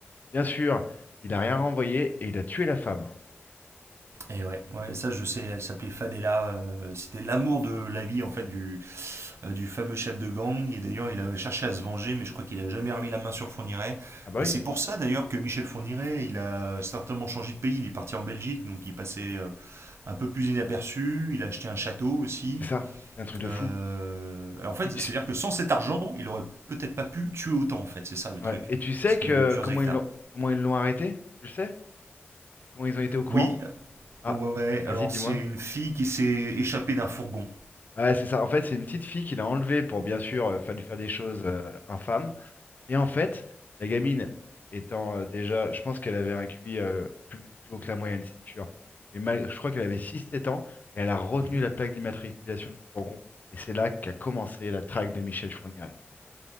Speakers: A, on the left; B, on the right.
A: Bien sûr, il a rien renvoyé et il a tué la femme.
B: Et ouais. Ouais, ça je sais, elle s'appelait Fadela. euh, C'était l'amour de la vie en fait du, euh, du fameux chef de gang. Et d'ailleurs, il avait cherché à se venger, mais je crois qu'il a jamais remis la main sur Fourniret.
A: Ah bah
B: Et
A: oui,
B: c'est pour ça d'ailleurs que Michel Fourniret, il a certainement changé de pays. Il est parti en Belgique, donc il passait euh, un peu plus inaperçu. Il a acheté un château aussi.
A: c'est ça, c'est un truc de
B: Euh,
A: fou.
B: alors, en fait,
A: Et tu,
B: c'est-à-dire
A: s-
B: que sans cet argent, il aurait peut-être pas pu tuer autant. En fait, c'est ça le truc,
A: ouais, Et tu sais
B: parce qu'il
A: que
B: avait plusieurs
A: comment
B: hectares.
A: ils l'ont comment ils l'ont arrêté? Tu le sais? Comment ils ont été au courant?
B: Oui,
A: Ah,
B: euh, ouais. Alors
A: vas-y, dis-moi.
B: c'est une fille qui s'est échappée d'un fourgon.
A: Ouais, c'est ça. En fait, c'est une petite fille qu'il a enlevée pour bien sûr euh, faire lui faire des choses euh, infâmes. Et en fait, la gamine étant euh, déjà, je pense qu'elle avait un QI euh, plus, plus haut que la moyenne, c'est sûr. Et mal, je crois qu'elle avait six sept ans et elle a retenu
B: Mhm.
A: la plaque d'immatriculation du fourgon. Et c'est là qu'a commencé la traque de Michel Fourniret.